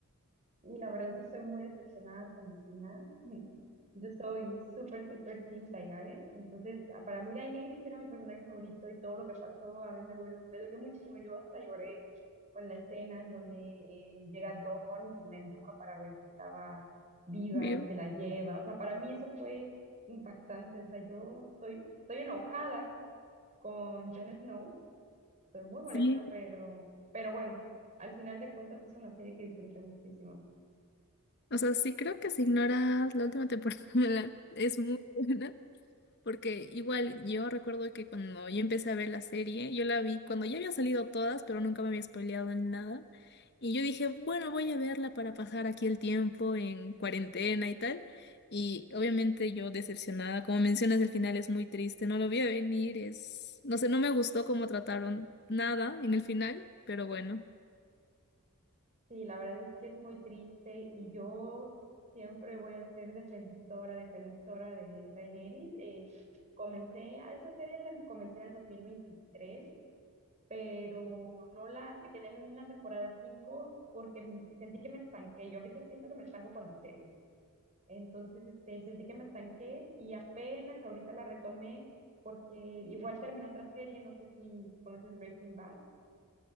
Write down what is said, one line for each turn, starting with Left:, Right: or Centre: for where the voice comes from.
Right: Y la verdad es que estoy muy decepcionada con el final. <laughs> Yo soy súper, súper Team Taigare. Entonces, ah, para mí Daenerys era mi personaje favorito y todo lo que pasó a mí me dolió, me dolió muchísimo. Yo hasta lloré con la escena en donde eh, llega Drogon y la empuja para ver si estaba viva
Left: ¿vivo?
Right: y se la lleva. O sea, para mí eso fue impactante. O sea, yo estoy, estoy enojada con Jon Snow. Estoy muy molesta,
Left: Sí,
Right: pero, pero bueno, al final de cuentas es una serie que disfruté muchísimo.
Left: o sea, sí creo que si ignoras la última temporada <laughs> es muy buena. Porque igual yo recuerdo que cuando yo empecé a ver la serie, yo la vi cuando ya habían salido todas, pero nunca me había spoileado en nada. Y yo dije, bueno, voy a verla para pasar aquí el tiempo en cuarentena y tal. Y obviamente yo decepcionada, como mencionas, el final es muy triste, no lo vi a venir, es, no sé, no me gustó cómo trataron nada en el final, pero bueno,
Right: Sí, la verdad es que es muy triste y yo siempre voy a ser defensora, defensora de Daenerys. Eh, comencé a esa serie, la comencé en el 2023, pero no la, me quedé en la temporada 5 porque m- sentí que me estanqué. Yo a veces siento que me estanco con las series. Entonces, este, sentí que me estanqué y apenas ahorita la retomé porque igual terminó otra serie, no sé si conoces Breaking Bad.